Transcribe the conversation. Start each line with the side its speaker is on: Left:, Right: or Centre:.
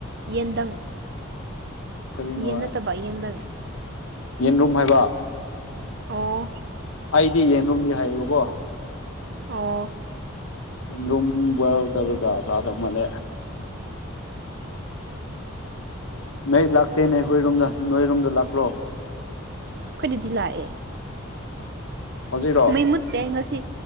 Right: ꯌꯦꯟꯗꯪ
Left: ꯀꯔꯤꯅꯣ
Right: ꯌꯦꯟ ꯅꯠꯇꯕ ꯌꯦꯟꯗꯪ
Left: ꯌꯦꯟꯔꯨꯝ ꯍꯥꯏꯕ
Right: ꯑꯣ
Left: ꯑꯩꯗꯤ ꯌꯦꯟꯔꯨꯝꯗꯤ ꯍꯥꯏꯕꯀꯣ
Right: ꯑꯣ
Left: ꯌꯦꯟꯔꯨꯝ ꯕꯣꯏꯜ ꯇꯧꯔꯒ ꯆꯥꯗꯧ ꯃꯥꯜꯂꯦ ꯃꯩ ꯂꯥꯛꯇꯦꯅꯦ ꯑꯩꯈꯣꯏꯔꯣꯝꯗ ꯅꯣꯏꯔꯣꯝꯗ ꯂꯥꯛꯄꯔꯣ
Right: ꯑꯩꯈꯣꯏꯗꯗꯤ ꯂꯥꯛꯑꯦ
Left: ꯍꯧꯖꯤꯛꯔꯣ
Right: ꯃꯩꯃꯨꯠ ꯇꯦ ꯉꯁꯤ